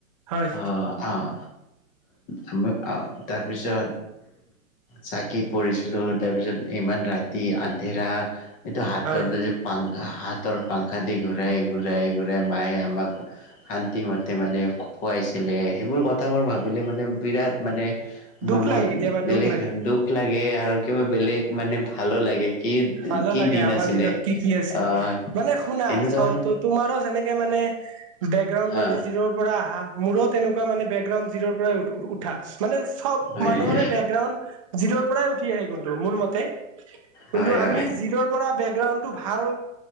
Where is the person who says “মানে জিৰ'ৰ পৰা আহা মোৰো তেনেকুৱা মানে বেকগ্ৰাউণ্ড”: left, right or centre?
Right